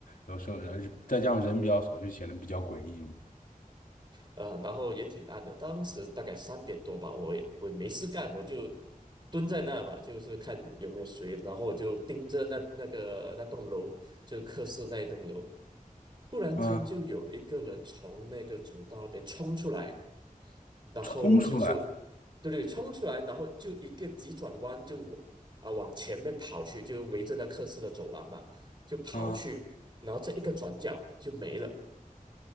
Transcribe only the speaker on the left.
有时候人再加上人比较少，就显得比较诡异嘛。
啊，
冲出来
啊，